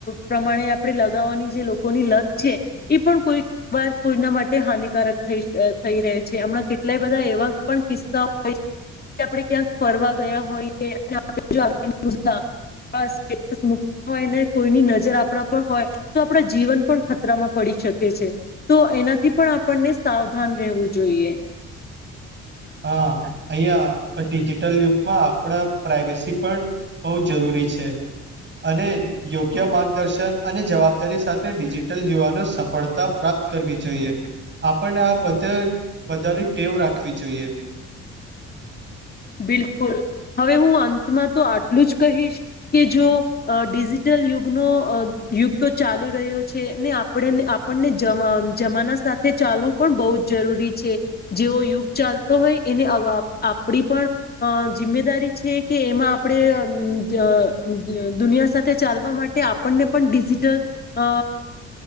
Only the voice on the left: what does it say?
પ્રમાણે આપણે લગાવવાની જે લોકોની લત છે એ પણ કોઈ વર્ગ કોઈના માટે હાનિકારક થઈ થઈ રહે છે હમણાં કેટલાય બધા એવા પણ કિસ્સા હોય કે આપડે ક્યાંક ફરવા ગયા હોઈએ અને આપણે જો સ્ટટ મુ હોય ને કોઈની નજર આપણા પર હોય તો આપણા જીવન પણ ખતરામાં પડી શકે છે તો એનાથી પણ આપણને સાવધાન રહેવું જોઈએ
બિલકુલ હવે હું અંતમાં તો આટલું જ કહીશ કે જો ડિજિટલ યુગ યુગ તો ચાલુ રહ્યો છે ને આપ આપણને જમાના સાથે ચાલવું પણ બહુ જ જરૂરી છે જેવો યુગ ચાલતો હોય એને. આપણી પણ જિમ્મેદારી છે કે એમાં આપણે દુનિયા સાથે તે ચાલવા માટે આપણને પણ ડિજિટલ અ